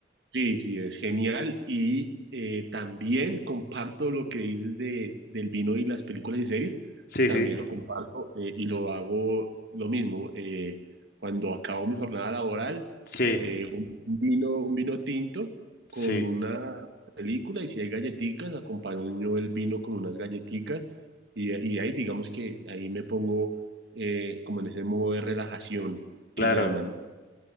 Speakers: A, on the right (about 65°); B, on the left (about 55°).
A: Sí, sí, es genial. Y eh, también comparto lo que dices de, del vino y las películas y series.
B: Sí,
A: También
B: sí,
A: lo comparto eh, y lo hago lo mismo. eh, cuando acabo mi jornada laboral,
B: sí,
A: eh, un vino, un vino tinto
B: sí,
A: con una película y si hay galletitas, acompaño el vino con unas galletitas y, y ahí digamos que ahí me pongo eh, como en ese modo de relajación
B: claro,
A: que llaman.